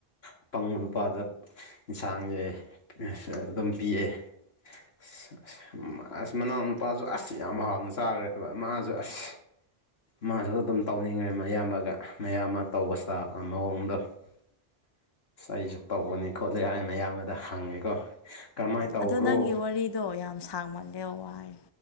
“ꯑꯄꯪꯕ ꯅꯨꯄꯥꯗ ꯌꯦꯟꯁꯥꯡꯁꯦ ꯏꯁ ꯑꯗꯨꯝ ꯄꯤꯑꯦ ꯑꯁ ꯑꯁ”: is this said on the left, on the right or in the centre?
Left